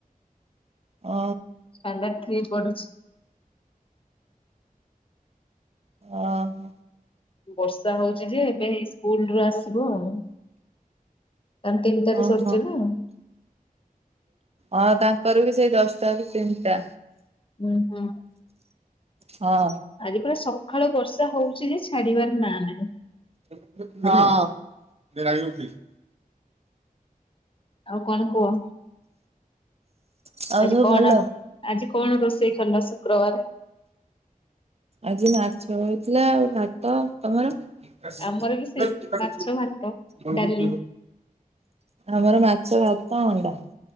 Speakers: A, on the right (about 45°); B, on the left (about 35°).
A: ଓ
B: ଷ୍ଟାଣ୍ଡାର୍ଡ ଥ୍ରି ପଢୁଛି।
A: ଓହୋ।
B: ବର୍ଷା ହଉଚି ଯେ ଏବେ ଏଇ ସ୍କୁଲ ରୁ ଆସିବ ଆଉ। ତମେ ତିନିଟାରୁ
A: ଓହୋ
B: ସରୁଚି ନା?
A: ହଁ ତାଙ୍କର ବି ସେଇ ଦଶଟାରୁ ତିନିଟା।
B: ହୁଁ ହୁଁ।
A: ହଁ।
B: ଆଜି ପୁରା ସକାଳୁ ବର୍ଷା ହଉଚ ଯେ ଛାଡିବାର ନା ନାହିଁ।
A: ହଁ।
B: ଆଉ କଣ କୁହ?
A: ସବୁ
B: ଆଜି କଣ
A: ଭଲ
B: ରା ଆଜି କଣ ରୋଷେଇ କଲ ଶୁକ୍ରବାରେ?
A: ଆଜି ମାଛ ହେଇଥିଲା ଆଉ ଭାତ। ତମର? <unintelligible>
B: ଆମର ବି ସେଇ ମାଛ ଭାତ ଡାଲି।
A: ଆମର ମାଛ ଭାତ ଅଣ୍ଡା।